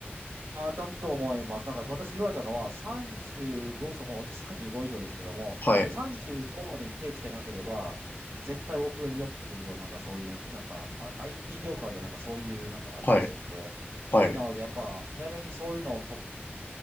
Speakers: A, on the right; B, on the left.
A: あー、だと思います。なんか私言われたのは35、そうもう私35以上ですけども、
B: はい。
A: 35までに手つけなければ絶対遅れるよっていうような、なんかそういう、なんかあ IT 業界でなんかそういうなんかあるらしくて、
B: はい。はい。
A: なのでやっぱ早めにそういうのをと、